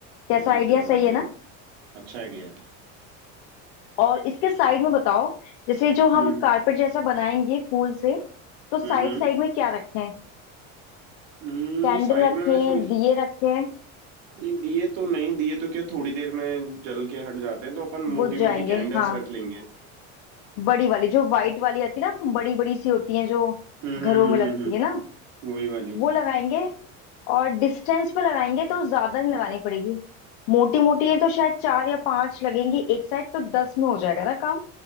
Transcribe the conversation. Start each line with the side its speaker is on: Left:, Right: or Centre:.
Left: कैसा
Right: ये वैसे
Left: आइडिया
Right: लगा
Left: सही
Right: देंगे
Left: है ना
Right: अच्छा आइडिया है
Left: और इसके साइड में बताओ जैसे जो हम
Right: हम्म
Left: कारपेट जैसा बनाएंगे फूल से तो साइड
Right: हम्म
Left: साइड में क्या रखें
Right: हम्म
Left: कैंडल
Right: साइड
Left: रखें
Right: में मैं सोच
Left: दिए रखें
Right: नहीं दिए तो नहीं दिए तो क्या थोड़ी देर में जल के हट जाते हैं तो अपन
Left: बुझ
Right: मोटी
Left: जाएंगे
Right: मोटी कैंडल्स
Left: हाँ
Right: रख लेंगे
Left: बड़ी वाली जो व्हाइट वाली आती है ना बड़ी बड़ी सी होती है जो
Right: हम्म हम्म
Left: घरों
Right: हम्म
Left: में लगती
Right: हम्म हम्म,
Left: है ना
Right: वही वाली
Left: वो लगाएंगे और डिस्टेंस पे लगाएंगे तो ज्यादा नहीं लगानी पड़ेगी मोटी मोटी है तो शायद चार या पांच लगेंगी एक साइड तो दस में हो जाएगा ना काम